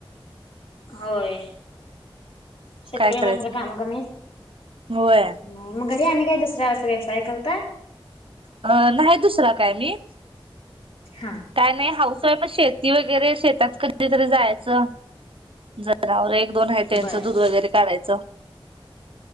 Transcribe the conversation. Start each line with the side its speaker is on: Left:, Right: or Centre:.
Left: होय शेतकरी
Right: काय करायचं
Left: माणला
Right: मग.
Left: काम कमी
Right: होय
Left: मग ते आणि काय दुसरा अस व्यवसाय करता
Right: अं.. नाही दुसरा काय मी
Left: हा
Right: काय नाही हाऊस वाईफ च शेती वगैरे शेतात कध कधीतरी जायचं जनावरे एक दोन आहे त्यांचं
Left: बर
Right: दूध वगैरे
Left: बर
Right: काढायचं